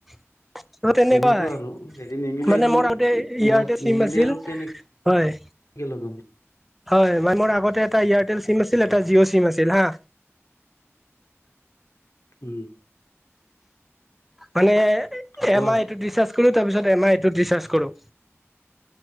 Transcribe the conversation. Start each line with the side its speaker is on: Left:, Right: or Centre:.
Centre: <inaudible> ত' তেনেকুৱাই
Left: তেনেকুৱা আৰু যদি নিমিলে
Centre: মানে
Left: আৰু মই
Centre: মোৰ আগতে ইয়াৰতেল
Left: মই
Centre: চিম
Left: নিমিলে
Centre: আছিল।
Left: আৰু কেনেকে
Centre: হয়,
Left: লগাম
Centre: হয়, মানে মোৰ আগতে- এটা এয়াৰটেল চিম আছিল এটা জিঅ' চিম আছিল হাঁ।
Left: উম'
Centre: মানে
Left: কোৱা
Centre: এমাহ এইটোত ৰিচাৰ্জ কৰো তাৰপিছত এমাহ এইটোত ৰিচাৰ্জ কৰো।